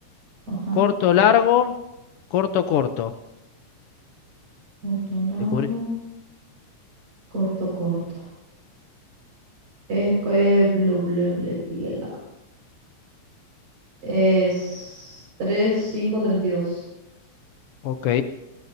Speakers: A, on the right; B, on the left.
A: Ajá,
B: corto, largo, corto, corto.
A: corto, largo,
B: Descubrí.
A: corto, corto. Es que bla, bla, bla, bla. Es tres, cinco, treinta y dos
B: Ok.